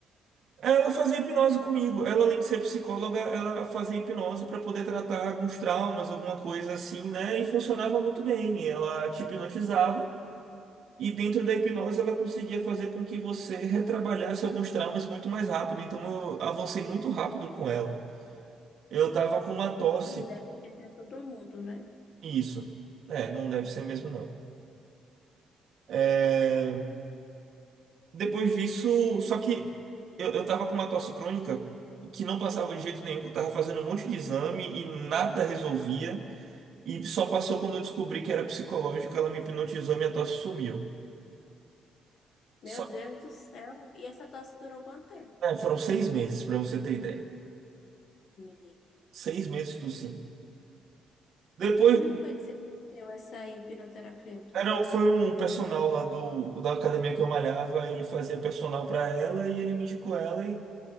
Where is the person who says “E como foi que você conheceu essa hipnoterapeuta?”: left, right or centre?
Left